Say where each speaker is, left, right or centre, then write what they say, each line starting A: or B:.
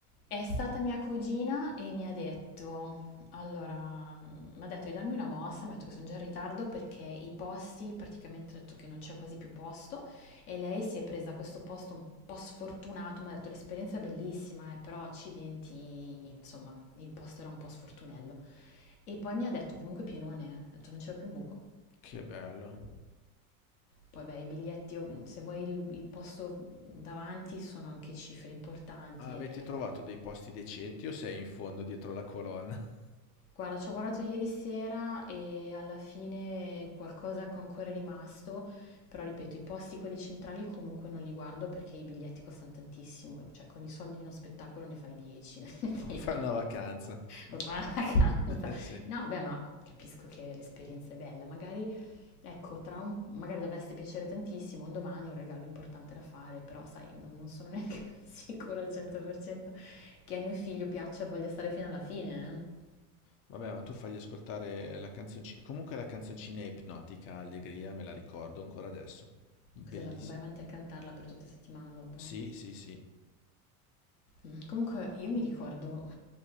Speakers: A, on the left; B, on the left.
A: È stata mia cugina e mi ha detto, allora, mm, mi ha detto di darmi una mossa, mi ha detto che sono già in ritardo perché i posti, praticamente ha detto che non c'è quasi più posto e lei si è presa questo posto un po' sfortunato, mi ha detto l'esperienza è bellissima, eh, però accidenti, insomma, il posto era un po' sfortunello. E poi mi ha detto comunque pienone, eh. ha detto non c'era più un buco.
B: Che bello.
A: Poi beh, i biglietti, ov- se vuoi il, il posto davanti sono anche cifre importanti
B: Ah, Avete
A: e
B: trovato
A: ecco.
B: dei posti decenti o sei in fondo dietro la colonna? <laughs>
A: Guarda, ci ho guardato ieri sera e alla fine qualcosa che ancora è rimasto, però ripeto, i posti quelli centrali comunque non li guardo perché i biglietti costano tantissimo, cioè con i soldi di uno spettacolo ne fai 10, <laughs>
B: O fai una vacanza? <laughs>
A: lo fa una canta.
B: Sì.
A: No, beh, ma capisco che l'esperienza è bella, magari, ecco, tra un, magari dovesse piacere tantissimo, un domani è un regalo importante da fare, però sai, non, non sono neanche <laughs> sicura al 100% che a mio figlio piaccia e voglia stare fino alla fine, eh.
B: Vabbè, ma tu fagli ascoltare la canzoncina. Comunque la canzoncina è ipnotica, allegria, me la ricordo ancora adesso. Bellissima.
A: Cos'è la- vai avanti a cantarla per tutta la settimana dopo?
B: Sì, sì, sì.
A: Mm. Comunque io mi ricordo,